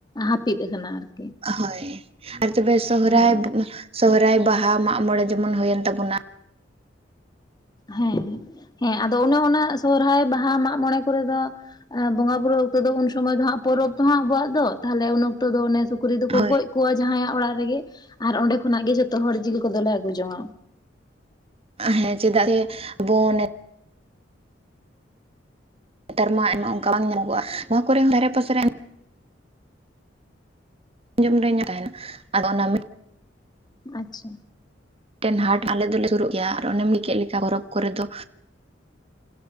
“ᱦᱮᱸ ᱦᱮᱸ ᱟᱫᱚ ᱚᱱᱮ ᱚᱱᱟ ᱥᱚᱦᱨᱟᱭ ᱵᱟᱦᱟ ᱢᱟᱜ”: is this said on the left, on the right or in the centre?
Left